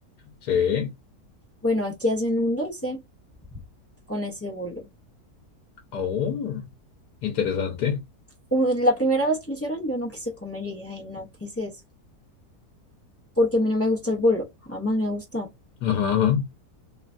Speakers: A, on the left; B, on the left.
A: Sí.
B: Bueno, aquí hacen un dulce con ese bolo.
A: Oh, interesante.
B: U- La primera vez que lo hicieron, yo no quise comer y dije, ay, no, ¿qué es eso? Porque a mí no me gusta el bolo, jamás me ha gustado.
A: Ajá, ajá.